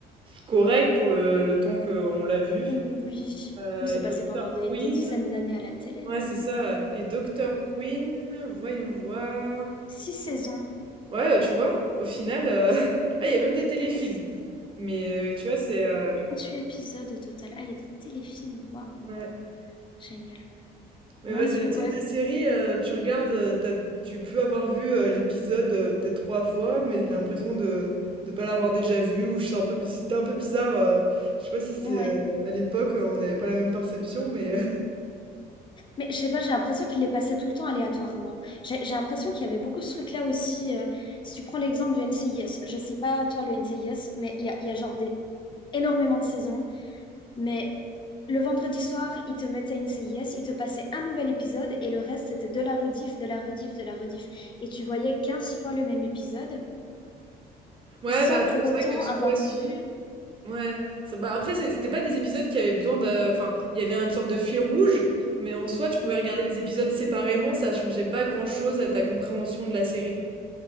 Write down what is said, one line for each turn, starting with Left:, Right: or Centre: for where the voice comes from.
Right: correct pour le, le temps qu'on l'a vu.
Left: Ou- Oui.
Right: Euh,
Left: Ou c'est
Right: et Dr.
Left: passé pendant des,
Right: Queen.
Left: des dizaines d'années à la télé.
Right: Ouais, c'est ça. euh, Et Dr. Queen, voyons voir.
Left: Six saisons.
Right: Ouais, euh, tu vois, au final, euh, <laughs> ah, il y a même des téléfilms.
Left: Moi, c'est
Right: Mais euh, tu vois, c'est euh,
Left: huit épisodes au total. Ah, il y a des téléfilms. Waouh,
Right: ouais.
Left: génial.
Right: Mais
Left: Mon
Right: ouais,
Left: Dieu,
Right: c'est le type
Left: ouais,
Right: de série, euh, tu regardes, euh, t'as- tu peux avoir vu euh, l'épisode euh, peut-être trois fois, mais t'as l'impression de ne pas l'avoir déjà vu, ou je sais, un peu, bi- c'était un peu bizarre. euh, je sais pas si c'est
Left: ouais.
Right: euh, à l'époque, euh, on n'avait pas la même perception, mais... euh,
Left: Mais je sais pas, j'ai l'impression qu'il les passait tout le temps aléatoirement. J'ai j'ai l'impression qu'il y avait beaucoup ce truc-là aussi. euh, si tu prends l'exemple du NCIS, je sais pas toi le NCIS, mais il y a, il y a genre des, énormément de saisons. Mais le vendredi soir, ils te mettaient NCIS, ils te passaient un nouvel épisode et le reste c'était de la rediff, de la rediff, de la rediff. Et tu voyais 15 fois le même épisode
Right: <laughs> Ouais,
Left: sans
Right: bah,
Left: pour
Right: c'est c'est
Left: autant
Right: vrai que
Left: avoir
Right: ouais,
Left: vu.
Right: Ouais, ça bah, après c'est c'était pas des épisodes qui avaient besoin de enfin, il y avait une sorte de fil rouge, mais en soi, tu pouvais
Left: Oui,
Right: regarder les épisodes séparément, ça changeait pas grand-chose à ta compréhension de la série.